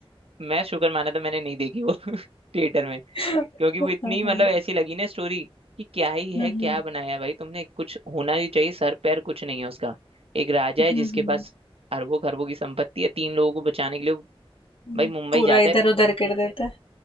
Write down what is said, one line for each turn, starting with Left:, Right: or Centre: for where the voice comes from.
Right: मैं शुक्र माना था मैंने नहीं देखी वो <laughs> थिएटर में
Left: <laughs>
Right: क्योंकि वो इतनी
Left: हाँ,
Right: मतलब
Left: हम्म,
Right: ऐसी लगी ना स्टोरी कि क्या ही
Left: हम्म,
Right: है क्या बनाया है भाई तुमने कुछ होना ही चाहिए सर पैर कुछ नहीं है उसका एक राजा
Left: हम्म,
Right: है जिसके पास अरबों खरबों की संपत्ति है तीन लोगों को बचाने के लिए वो
Left: हम्म,
Right: भाई मुंबई
Left: पूरा
Right: जाता
Left: इधर
Right: है
Left: उधर कर देता